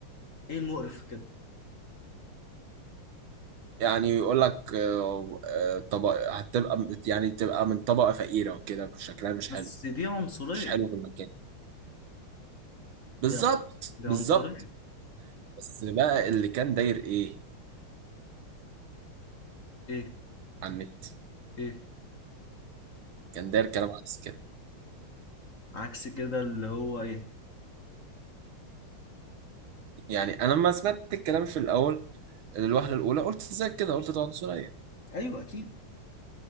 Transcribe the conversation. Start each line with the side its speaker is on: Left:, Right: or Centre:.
Left: إيه المقرف في كده
Right: يعني يقول لك آه، آه، طبق هتبقى يعني تبقى من طبقة فقيرة وكده شكلها مش
Left: بس
Right: حلو
Left: دي عنصرية
Right: مش حلو في المكان بالظبط
Left: يا دي
Right: بالظبط
Left: عنصرية
Right: بس بقى اللي كان داير ايه
Left: إيه
Right: على النت
Left: إيه
Right: كان داير كلام عكس كده
Left: عكس كده اللي هو إيه
Right: يعني انا لما سمعت الكلام في الاول الوهلة الاولى قلت ازاي كده قلت ده عنصرية
Left: أيوه أكيد